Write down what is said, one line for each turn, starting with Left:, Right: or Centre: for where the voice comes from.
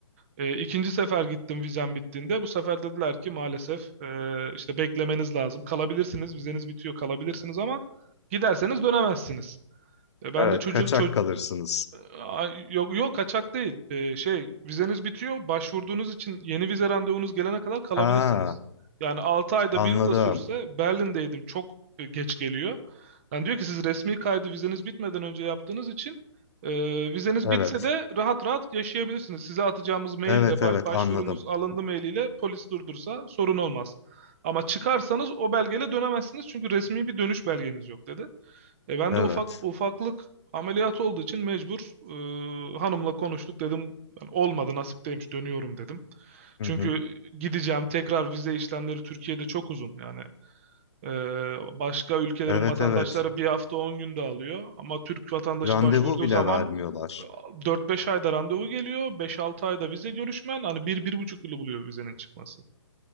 Right: E, ikinci sefer gittim vizem bittiğinde. Bu sefer dediler ki maalesef e, işte beklemeniz lazım. Kalabilirsiniz vizeniz bitiyor kalabilirsiniz ama giderseniz dönemezsiniz. E, ben
Left: Evet,
Right: de çocuk
Left: kaçak
Right: ço-
Left: kalırsınız.
Right: Aa, Yok yok kaçak değil. Ee, şey vizeniz bitiyor. Başvurduğunuz için yeni vize randevunuz gelene kadar kalabilirsiniz.
Left: Ha,
Right: Yani altı ayda
Left: anladım.
Right: bir yıl da sürse Berlin'deydim çok e, geç geliyor. Yani diyor ki siz resmi kaydı vizeniz bitmeden önce yaptığınız için e, vizeniz
Left: Evet.
Right: bitse de rahat rahat yaşayabilirsiniz. Size atacağımız maille
Left: Evet,
Right: ba-
Left: evet
Right: başvurunuz
Left: anladım.
Right: alındı mailiyle polis durdursa sorun olmaz. Ama çıkarsanız o belgeyle dönemezsiniz çünkü resmi bir dönüş belgeniz yok dedi. E ben
Left: Evet.
Right: de ufak ufaklık ameliyat olduğu için mecbur e, hanımla konuştuk dedim. Yani olmadı nasip değilmiş dönüyorum dedim.
Left: Hı
Right: Çünkü
Left: hı.
Right: gideceğim tekrar vize işlemleri Türkiye'de çok uzun. Yani e, başka ülkelerin
Left: Evet,
Right: vatandaşları
Left: evet.
Right: bir hafta 10 günde alıyor. Ama Türk vatandaşı
Left: Randevu
Right: başvurduğu
Left: bile
Right: zaman
Left: vermiyorlar.
Right: e, 4-5 ayda randevu geliyor. beş altı ayda vize görüşmen hani bir bir buçuk yılı buluyor vizenin çıkması.